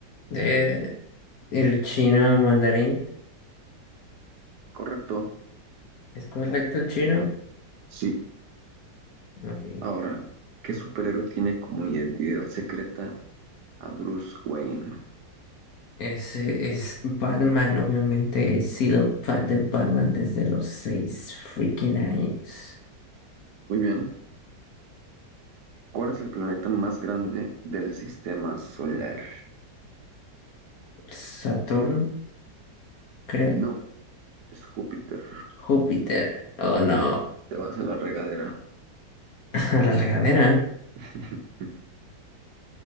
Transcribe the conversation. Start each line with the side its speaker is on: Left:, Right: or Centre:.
Left: eh, el chino mandarín.
Right: Correcto.
Left: ¿Es correcto el chino?
Right: Sí.
Left: Ok.
Right: Ahora, ¿qué superhéroe tiene como identidad secreta a Bruce Wayne.
Left: Es, es Batman, obviamente he sido fan de Batman desde los seis freaking años.
Right: Muy bien. ¿Cuál es el planeta más grande del sistema solar?
Left: Saturno, creo.
Right: No, es Júpiter.
Left: Júpiter. Oh no.
Right: Te vas a la regadera.
Left: <laughs> A la regadera.
Right: <laughs>